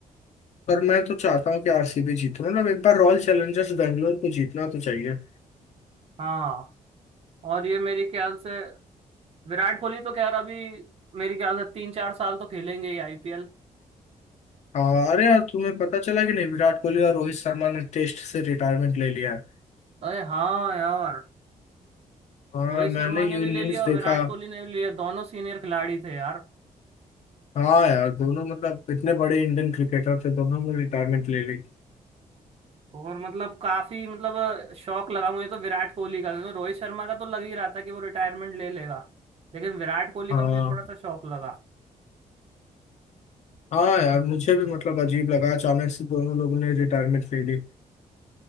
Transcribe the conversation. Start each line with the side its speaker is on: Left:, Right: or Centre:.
Left: पर मैं तो चाहता हूँ कि आरसीबी जीते मतलब एक बार रॉयल चैलेंजर्स बैंगलोर को जीतना तो चाहिए
Right: हाँ और ये मेरे ख्याल से विराट कोहली तो खैर अभी मेरे ख्याल से तीन चार साल तो खेलेंगे ही आईपीएल
Left: हाँ अरे यार तुम्हें पता चला कि नहीं विराट कोहली और रोहित शर्मा ने टेस्ट से रिटायरमेंट ले लिया है
Right: अरे हाँ यार
Left: हाँ
Right: रोहित
Left: मैंने
Right: शर्मा ने
Left: ये
Right: भी
Left: न्यूज
Right: ले लिया और
Left: देखा
Right: विराट कोहली ने भी ले लिया दोनों सीनियर खिलाड़ी थे यार
Left: हाँ यार दोनों मतलब इतने बड़े इंडियन क्रिकेटर थे दोनों ने रिटायरमेंट ले ली
Right: और मतलब काफी मतलब शौक लगा मुझे तो विराट कोहली का क्योंकि रोहित शर्मा का तो लग ही रहा था कि वो रिटायरमेंट ले लेगा लेकिन विराट कोहली
Left: हाँ
Right: का मुझे थोड़ा सा शौक लगा
Left: हाँ यार मुझे भी मतलब अजीब लगा अचानक से दोनों लोगों ने रिटायरमेंट ले ली